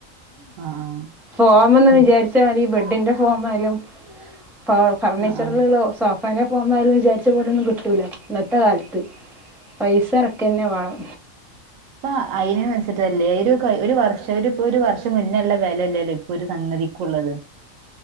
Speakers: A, on the right; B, in the centre.
A: ആഹ് ആഹ്
B: ഫോമൊന്ന്
A: ഉം
B: വിചാരിച്ചാ മതി, ബെഡിന്റെ ഫോംവരും ഫ.. ഫർണിച്ചറുകളോ
A: ആഹ് ആഹ്
B: സോഫാനെഫോമായാലും വിചാരിച്ചാ പോലെയൊന്നും കിട്ടൂല്ല. ഇന്നത്തെ കാലം. പൈസയിറക്കുക തന്നെ വേണം.
A: അപ്പ അയിനുനെച്ചിട്ടതല്ലേ ഒരു കൊല്ലം മൊരുവർഷം പക്ഷേയിപ്പോയൊരു വർഷം മുന്നേയുള്ള വിലയല്ലല്ലോ ഇപ്പൊ ഒരു സംഗതിക്കുള്ളത്.